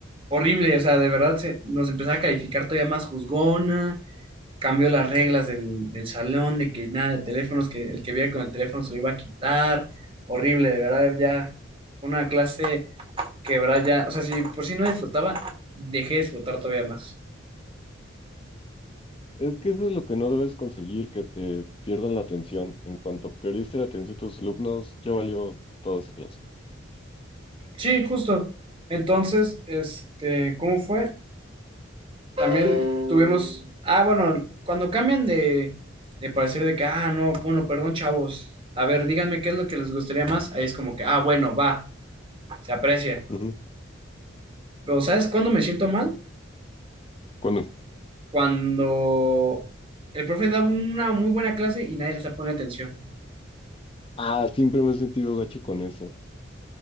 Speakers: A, on the right; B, on the left.
A: Horrible, o sea, de verdad se, nos empezaba a calificar todavía más juzgona cambió las reglas del, del salón, de que nada de teléfonos, que el que viera con el teléfono se lo iba a quitar. Horrible, de verdad, ya fue una clase que, de verdad, ya, o sea, si por si no disfrutaba, dejé de disfrutar todavía más.
B: Es que eso es lo que no debes conseguir, que te pierdan la atención. En cuanto perdiste la atención de tus alumnos, ya valió toda esa clase.
A: Sí, justo. Entonces, este, ¿cómo fue? También tuvimos, ah, bueno, cuando cambian de, de parecer de que, ah, no, bueno, perdón, chavos, a ver, díganme qué es lo que les gustaría más, ahí es como que, ah, bueno, va, se aprecia.
B: Ujú.
A: Pero, ¿sabes cuándo me siento mal?
B: Cuando,
A: cuando el profe da una muy buena clase y nadie le está poniendo atención.
B: Ah, siempre me he sentido gacho con eso.